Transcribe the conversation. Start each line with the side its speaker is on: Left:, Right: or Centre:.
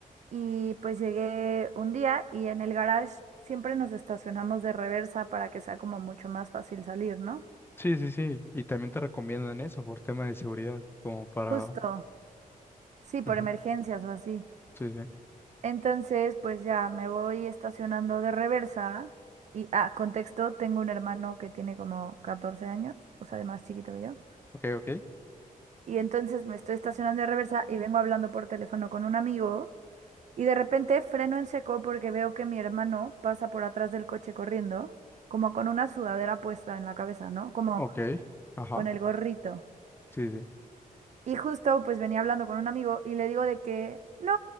Right: y pues llegué un día y en el garage siempre nos estacionamos de reversa para que sea como mucho más fácil salir, ¿no?
Left: Sí, sí, sí. Y también te recomiendan eso por tema de seguridad, como para...
Right: Justo, sí, por
Left: Ujú.
Right: emergencias o así.
Left: Sí, sí.
Right: Entonces, pues ya me voy estacionando de reversa y, ah, contexto, tengo un hermano que tiene como 14 años, o sea, de más chiquito que yo.
Left: Ok, ok.
Right: Y entonces me estoy estacionando de reversa y vengo hablando por teléfono con un amigo. Y de repente freno en seco porque veo que mi hermano pasa por atrás del coche corriendo, como con una sudadera puesta en la cabeza, ¿no? Como
Left: Ok. Ajá.
Right: con el gorrito.
Left: Sí, sí.
Right: Y justo pues venía hablando con un amigo y le digo de que, no,